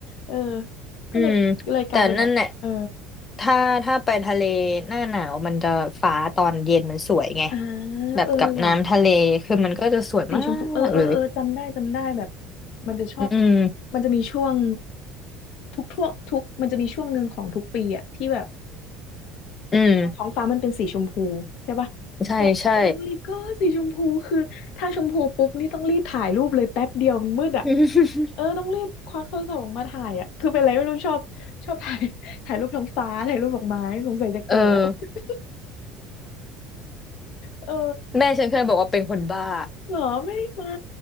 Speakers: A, on the left; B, on the left.
A: เออก็เลยก็เลยกลายเป็นแบบเออ
B: อืมแต่นั่นแหละถ้าถ้าไปทะเลหน้าหนาวมันจะฟ้าตอนเย็นมันสวยไง
A: อ่า
B: แบบกับน้ำทะเลคือมันก็จะสวยมากเลย
A: เออว่ะสีชมพูเออเออเออจำได้จำได้แบบมันจะชอบ
B: อืม
A: มันจะมีช่วงทุกทั่วทุกมันจะมีช่วงหนึ่งของทุกปีอะที่แบบ
B: อืม
A: ท้องฟ้ามันเป็นสีชมพูใช่ปะ
B: ใช่ใช่
A: แบบโอ้ my god สีชมพูคือถ้าชมพูปุ๊บนี่ต้องรีบถ่ายรูปเลยแป๊บเดียวมันมืดอ่ะ
B: <laughs>
A: เออต้องรีบควักโทรศัพท์ออกมาถ่ายอ่ะคือเป็นอะไรไม่รู้ชอบชอบถ่าย <laughs> ถ่ายรูปท้องฟ้าถ่ายรูปดอกไม้สงสัยจะแก่แล้ว
B: เออ
A: <laughs> เออ
B: แม่ฉันเคยบอกว่าเป็นคนบ้า
A: เหรอไม่ไม่